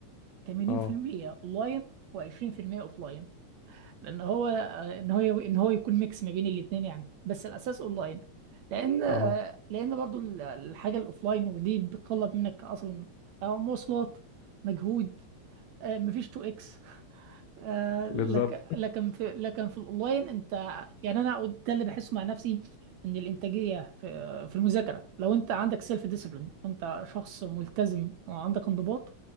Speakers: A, on the right; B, on the left.
A: 80%
B: اه
A: اونلاين و20% اوفلاين لان هو آه، ان هو ان هو يكون ميكس ما بين الاثنين يعني بس الاساس اونلاين لان آه،
B: اه
A: لان برضو ال- الحاجه الاوفلاين ودي بتطلب منك اصلا آه، مواصلات مجهود آه، مفيش 2 اكس آه، لك
B: بالظبط
A: لكن في لكن في الاونلاين انت يعني انا ده اللي بحسه مع نفسي ان الانتاجيه في في المذاكره لو انت عندك سيلف ديسيبلين وانت شخص ملتزم وعندك انضباط